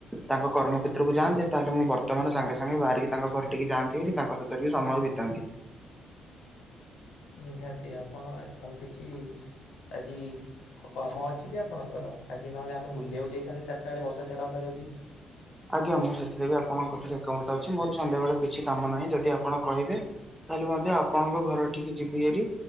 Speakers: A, in the centre; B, on the left (about 85°).
A: ତାଙ୍କ କର୍ମକ୍ଷେତ୍ରକୁ ଯାଆନ୍ତେ ତାହେଲେ ମୁଁ ବର୍ତ୍ତମାନ ସାଙ୍ଗେ ସାଙ୍ଗେ ବାହ ତାଙ୍କ ଘର ଟିକେ ଯାଆନ୍ତି ହେରି ତାଙ୍କ ସହିତ ଟିକ ସମୟ ବିତାନ୍ତି।
B: ନିହାତି ଆପଣ ଆଉ କିଛି ଆଜି କାମ ଅଛି କି ଆପଣଙ୍କର ଆଜି ନହେଲେ ଆମେ ବୁଲିବାକୁ ଯାଇଥାନ୍ତେ ଚାରିଟା ବେଳେ ବର୍ଷା ଛାଡନ୍ତା ଯଦି।
A: ଆଜ୍ଞା ମୁଁ ସେଥିରେ ବି ଆପଣଙ୍କ କଥାରେ ଏକମତ ଅଛି ମୋର ସନ୍ଧ୍ୟାବେେଳେ କିଛି କାମ ନାହିଁ ଯଦି ଆପଣ କହିବେ ତାହେଲେ ମଧ୍ୟ ଆପଣଙ୍କ ଘର ଟିକି ଯିବି ହେରି